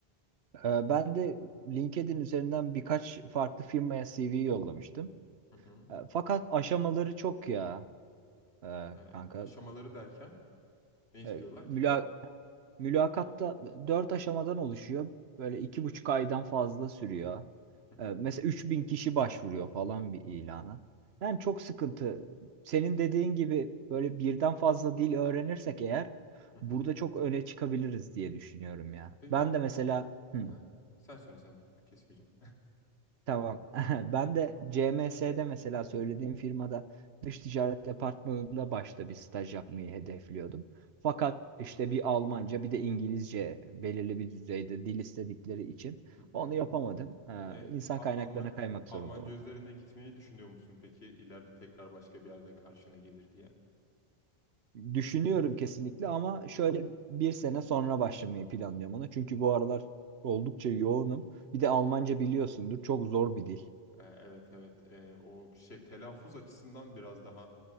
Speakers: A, on the right; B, on the left.
A: Ee, Ben de LinkedIn üzerinden birkaç farklı firmaya CV yollamıştım.
B: Hı hı.
A: Ee, Fakat aşamaları çok ya e,
B: Ee,
A: kanka.
B: aşamaları derken ne istiyorlar
A: E,
B: ki?
A: müla- Mülakatta dört aşamadan oluşuyor. Böyle iki buçuk aydan fazla sürüyor.
B: Hı hı.
A: Ee, mesela 3000 kişi başvuruyor falan bir ilana. Yani çok sıkıntı. Senin dediğin gibi böyle birden fazla dil öğrenirsek eğer
B: Hı hı.
A: burada çok öne çıkabiliriz diye düşünüyorum ya.
B: Peki,
A: Ben de mesela hı,
B: hı hı. Sen söyle sen kesmeyeceğim.
A: Tamam. <laughs> Ben de CMS'de mesela söylediğim firmada dış ticaret departmanında başta bir staj yapmayı hedefliyordum. Fakat işte bir Almanca bir de İngilizce belirli bir düzeyde dil istedikleri için
B: <laughs> Hı hı.
A: onu yapamadım. Ee,
B: E,
A: insan
B: A-
A: kaynaklarına
B: Alman
A: kaymak
B: Almanca
A: zorunda oldum.
B: üzerine gitmeyi düşünüyor musun peki ileride tekrar başka bir yerde karşına gelir diye?
A: Düşünüyorum kesinlikle ama şöyle bir sene sonra başlamayı planlıyorum ona. Çünkü bu aralar oldukça yoğunum. Bir de Almanca biliyorsundur çok zor bir dil.
B: E, Evet evet E, o şey telaffuz açısından biraz daha